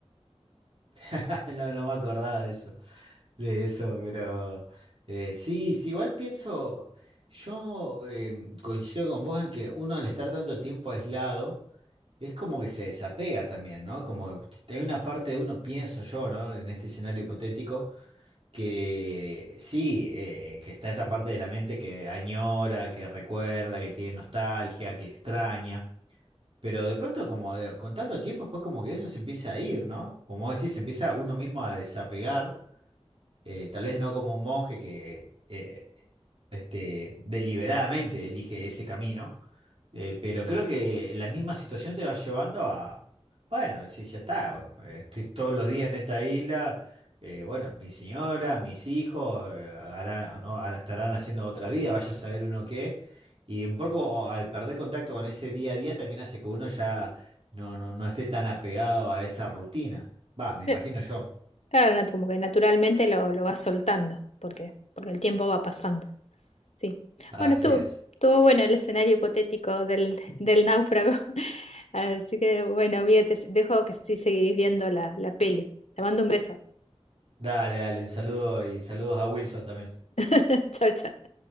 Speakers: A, on the right; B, on the left.
A: <laughs> No, no me acordaba de eso. De eso, pero eh, sí, sí, igual pienso, yo em, coincido con vos en que uno al estar tanto tiempo aislado, es como que se desapega también, ¿no? Como que hay una parte de uno, pienso yo, ¿no? En este escenario hipotético, que sí, eh, que está esa parte de la mente que añora, que recuerda, que tiene nostalgia, que extraña. Pero de pronto, como eh, con tanto tiempo, después como que eso se empieza a ir, ¿no? Como vos decís, se empieza uno mismo a desapegar. Eh, tal vez no como un monje que eh, este, deliberadamente elige ese camino, eh, pero creo que la misma situación te va llevando a, bueno, decir, ya está, eh, estoy todos los días en esta isla, eh, bueno, mi señora, mis hijos, eh, harán- no, ahora estarán haciendo otra vida, vaya a saber uno qué, y un poco al perder contacto con ese día a día también hace que uno ya no, no, no esté tan apegado a esa rutina. Va, me imagino
B: Eh,
A: yo.
B: Claro, nat- como que naturalmente lo, lo vas soltando, porque, porque el tiempo va pasando. Sí.
A: Así
B: Bueno, estuvo,
A: es.
B: estuvo bueno el escenario hipotético del, del náufrago. <laughs> Así que bueno, amiga, te dejo que sí seguís viendo la, la peli. Te mando un beso.
A: Dale, dale, un saludo y saludos a Wilson también.
B: <laughs> Chau, chau.